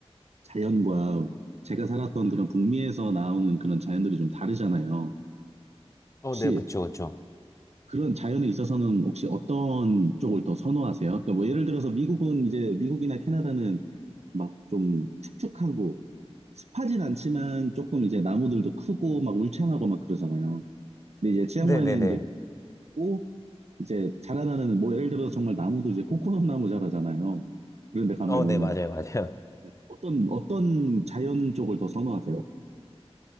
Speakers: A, on the right; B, on the left.
A: 자연과 제가 살았던 그런 북미에서 나오는 그런 자연들이 좀 다르잖아요.
B: 어,
A: 혹시
B: 네, 그쵸, 그쵸.
A: 그런 자연에 있어서는 혹시 어떤 쪽을 더 선호하세요? 그러니까 뭐 예를 들어서 미국은 이제 미국이나 캐나다는 막 좀 축축하고 습하진 않지만 조금 이제 나무들도 크고 막 울창하고 막 그러잖아요. 근데 이제 치앙마이는
B: 네네네.
A: 이제 고 이제 자라나는 뭐 예를 들어서 정말 나무도 이제 코코넛 나무 자라잖아요. 그런데 가면은
B: 어, 네, 맞아요, 맞아요.
A: 어떤 어떤 자연 쪽을 더 선호하세요?